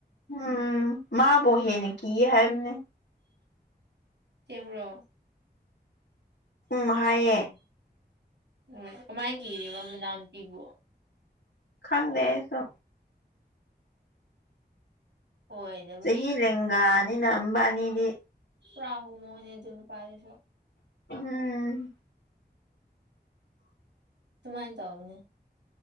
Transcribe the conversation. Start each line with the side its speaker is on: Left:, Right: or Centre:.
Left: ꯎꯝ ꯃꯥꯕꯨ ꯍꯦꯟꯅ ꯀꯤꯌꯦ ꯍꯥꯏꯕꯅꯦ
Right: ꯆꯦꯡꯕ꯭ꯔꯣ
Left: ꯎꯝ ꯍꯥꯏꯌꯦ
Right: ꯎꯝ ꯀꯃꯥꯏꯅ ꯀꯤꯔꯤꯕ ꯃꯅꯥꯎ ꯅꯨꯄꯤꯕꯨ
Left: ꯈꯪꯗꯦ ꯑꯩꯁꯨ
Right: ꯍꯣꯏ
Left: ꯆꯍꯤ ꯂꯦꯟꯒꯥꯅꯤꯅ ꯃꯕꯥꯅꯤꯗꯤ
Right: <unintelligible> ꯑꯗꯨ ꯄꯥꯁ <unintelligible>
Left: ꯎꯝ
Right: ꯑꯗꯨꯃꯥꯏꯅ ꯇꯧꯕꯅꯦ